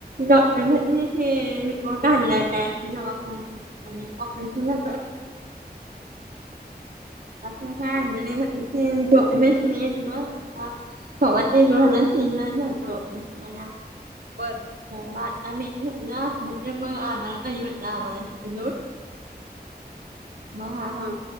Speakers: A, on the right; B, on the right.
A: ॉटरध्ये ते रिपोर्ट आणलाय कावाखाऑपरेशन म्हझ काय तमला
B: हा हा
A: भवात ए जोर ह तन झातपरेशन
B: हा
A: आु
B: बर
A: म आणि म्हटलं अस म आला म्हटलं आ्हाला ज बहा ह
B: हा